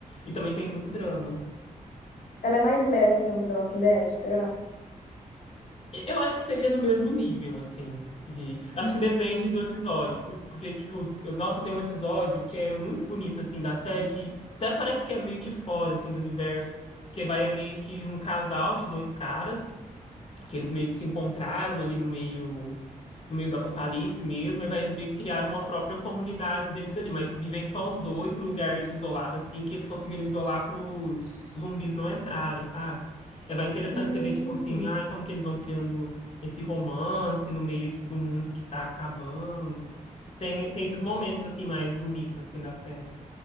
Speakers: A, on the left; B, on the left.
A: E também tem muito drama.
B: Ela é mais leve, então, que The Walking Dead, será?
A: Eu acho que seria no mesmo nível, assim, de... Acho
B: Hum,
A: que depende do episódio, por- porque, tipo, eu- nossa, tem um episódio que é muito bonito, assim, da série, que até parece que é meio que fora, assim, do universo, que vai é meio que um casal de dois caras, que eles meio que se encontraram ali no meio, no meio do apocalipse mesmo, e vai, eles meio que criaram uma própria comunidade deles ali, mas vivem só os dois num lugar isolado assim, que eles conseguiram isolar para os zumbis não entrarem, sabe? É, vai interessante
B: hum.
A: você ver, tipo assim, ai, como que eles vão criando esse romance no meio do mundo que tá acabando. Tem, tem esses momentos, assim, mais bonitos, assim, da série.